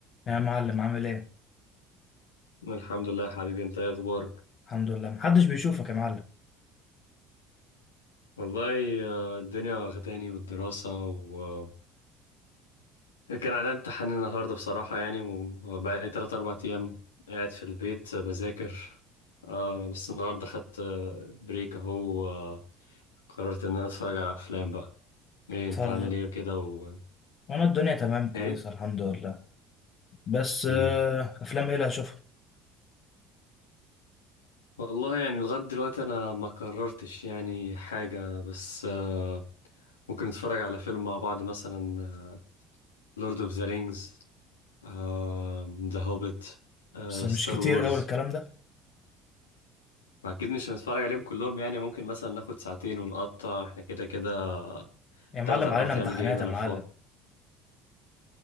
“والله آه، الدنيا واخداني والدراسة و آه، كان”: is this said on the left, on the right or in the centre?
Left